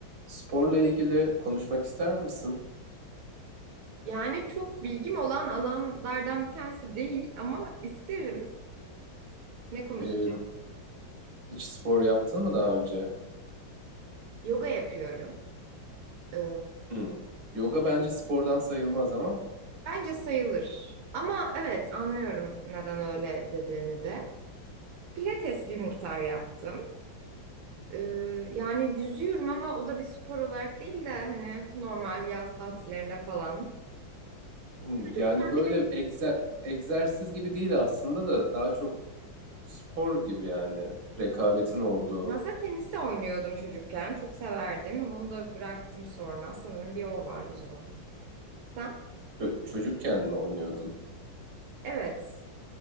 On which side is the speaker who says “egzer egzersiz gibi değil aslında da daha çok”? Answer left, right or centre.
Right